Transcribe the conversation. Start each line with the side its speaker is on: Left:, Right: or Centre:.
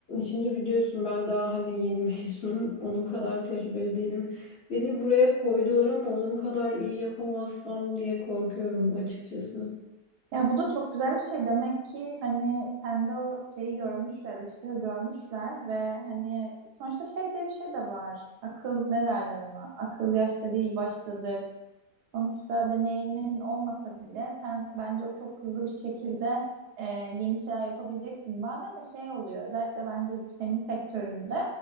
Left: şimdi biliyorsun ben daha hani yeni <laughs> mezunum. Onun kadar tecrübeli değilim. Beni buraya koydular ama onun kadar iyi yapamazsam diye korkuyorum açıkçası.
Right: Ya bu da çok güzel bir şey. Demek ki hani sende o şeyi görmüşler, ışığı görmüşler ve hani sonuçta şey diye bir şey de var. Akıl ne derler ona? Akıl yaşta değil baştadır. Sonuçta deneyimin olmasa bile sen bence o çok hızlı bir şekilde e, yeni şeyler yapabileceksin. Bazen de şey oluyor özellikle bence senin sektöründe